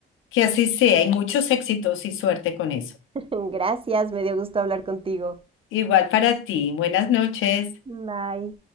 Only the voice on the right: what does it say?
<laughs> Gracias, me dio gusto hablar contigo.
Bye.